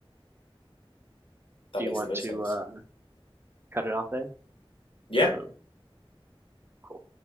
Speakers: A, on the left (about 65°); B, on the right (about 25°).
A: That
B: Do
A: makes
B: you want
A: the most
B: to
A: sense.
B: uh, cut it off there?
A: Yeah.
B: I don't know. Cool.